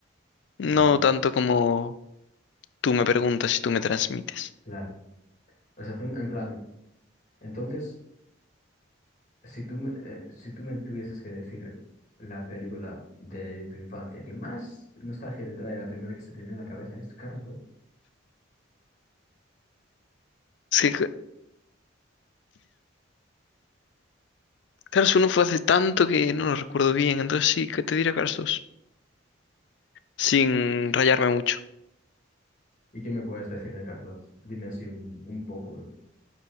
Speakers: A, on the left; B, on the left.
A: no
B: también,
A: tanto como tú me preguntas y tú me transmites.
B: claro. O sea, tú, en plan, entonces, si tú, me- eh, si tú me tuvieses que decir la película de tu infancia que más nostalgia te trae, la primera que se te viene a la cabeza es Cars
A: Es que Ca- Cars uno fue hace tanto que no lo recuerdo bien, entonces sí, que te diré Cars dos. sin rayarme mucho.
B: ¿Y qué me puedes decir de Carlos? Dime así un, un poco lo,